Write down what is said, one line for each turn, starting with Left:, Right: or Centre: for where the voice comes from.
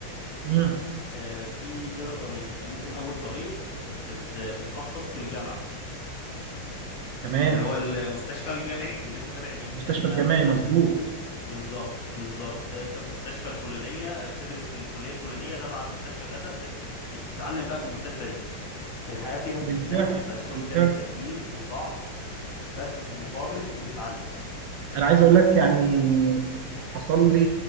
Right: امم
Left: تمام آه، في كذا طريق انت ممكن اول طريق تتخ- تت- تتخصص في الجامعه
Right: تمام
Left: اللي هو المستشفى الجامعي اللي انت تابع ليها
Right: مستشفى
Left: يعني
Right: الجامعي
Left: انا مثلا
Right: مظبوط
Left: بالظبط بالظبط آه، انت في مستشفى الفلانيه آه، بتدرس في الكليه الفلانيه تبع المستشفى كذا بت... بت... بتتعلم بقى في المستشفى دي الحياه فيها
Right: بالفعل
Left: هناك بتبقى الشغل
Right: بالفعل
Left: فيها بيبقى تقيل وصعب بس في المقابل بتتعلم
Right: انا عايز اقول لك يعني حصل لي